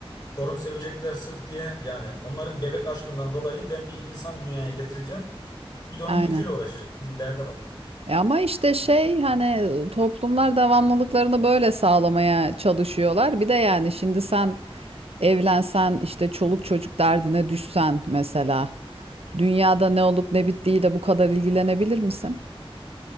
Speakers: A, on the left (about 45°); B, on the right (about 75°).
A: Torun sevecekler sırf diye yani onların bebek aşkından dolayı ben bir insan dünyaya getireceğim. Bir de onun
B: Aynen.
A: yüküyle uğraşacağım. Şimdi derde bak.
B: E ama işte şey hani toplumlar devamlılıklarını böyle sağlamaya çalışıyorlar. Bir de yani şimdi sen evlensen işte çoluk çocuk derdine düşsen mesela dünyada ne olup ne bittiğiyle bu kadar ilgilenebilir misin?